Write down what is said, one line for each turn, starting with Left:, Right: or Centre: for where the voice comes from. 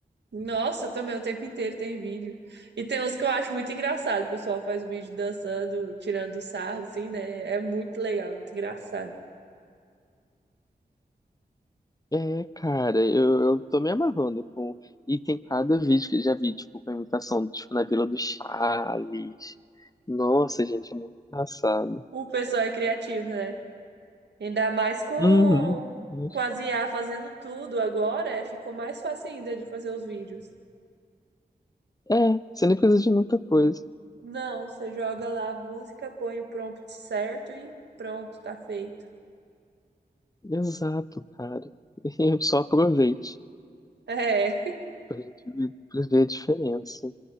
Right: Nossa, eu também o tempo inteiro tem vídeo. E tem uns que eu acho muito engraçado. O pessoal faz o vídeo dançando, tirando sarro, assim, né? É muito legal, muito engraçado.
Left: É, cara, eu, eu tô me amarrando com. E tem cada vídeo que eu já vi, tipo, com a imitação, tipo, na Vila do Chaves. Nossa, gente, é muito engraçado.
Right: O pessoal é criativo, né? Ainda mais com,
Left: Uhum. uhum.
Right: com as IA fazendo tudo agora, é, ficou mais fácil ainda de fazer os vídeos.
Left: É, você nem precisa de muita coisa.
Right: Não, você joga lá a música, põe o prompt certo e pronto, tá feito.
Left: Exato, cara. <laughs> Eu só aproveite
Right: É,
Left: pra gente ver pra ver a diferença.